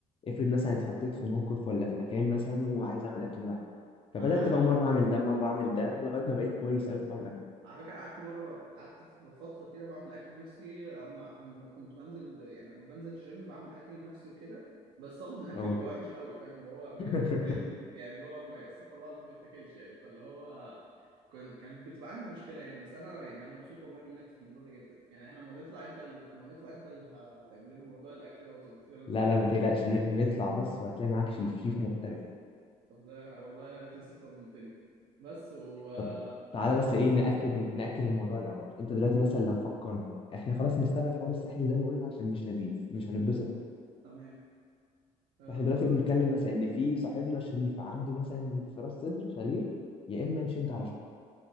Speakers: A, on the left (about 30°); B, on the right (about 65°).
A: افرض مثلا اتحطيت في موقف ولا في مكان مثلا وعايز اعمل اكل لوحدي فبدات
B: انا
A: بقى مره اعمل ده مره اعمل ده لغايه ما بقيت كويس قوي في حوار الاكل
B: على فكرة قعدت مرة قعدت في فترة كده بعمل أكل نفسي أما أما كنت بنزل يعني أما بنزل الجيم بعمل أكل نفسي وكده بس طبعا <laughs> الأكل
A: اه
B: بيبقى وحش قوي فاهم اللي هو
A: <laughs>
B: ما ي... <laughs> يعني اللي هو ما استغفر الله العظيم ما يتاكلش يعني فاللي هو كان كان بتبقى عندي مشكلة يعني بس أنا يعني أنا مبسوط والله منك في الموضوع ده جدا يعني إحنا لما تطلع أنت ال- لما نطلع أنت اللي هتعمل لنا موضوع الأكل ده وتظبط لنا الدنيا
A: لا لا
B: يعني
A: ما تقلقش ن- نطلع بس وهتلاقي معاك شيف شيف محترف
B: طب ده والله تيسير طمنتني بس وكنت
A: طب تعالى بس ايه ناكد ال- ناكد الموضوع الاول انت دلوقتي مثلا لو فكرنا احنا خلاص نستبعد حوار الساحل زي ما قلنا عشان مش لذيذ مش هنتبسط
B: تمام آه...
A: فاحنا دلوقتي بنتكلم مثلا ان في صاحبنا شريف عنده مثلا في راس سدر شاليه يا اما نشد على شعره